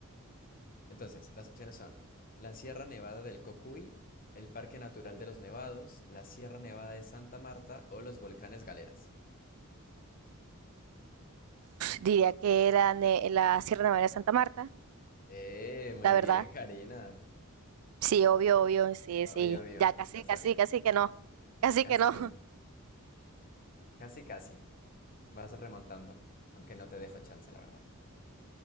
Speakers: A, on the left; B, on the right.
A: Entonces, las opciones son la Sierra Nevada del Cocuy, el Parque Natural de los Nevados, la Sierra Nevada de Santa Marta o los volcanes Galeras.
B: Diría que la, ne- la Sierra Nevada de Santa Marta,
A: Eh, muy
B: la verdad.
A: bien, Karina.
B: Sí, obvio, obvio, sí,
A: Obvio,
B: sí.
A: obvio,
B: Ya casi,
A: la sabía.
B: casi, casi que no. Casi
A: Casi
B: que no.
A: que no. Casi, casi. Vas remontando, aunque no te dejo chance, la verdad.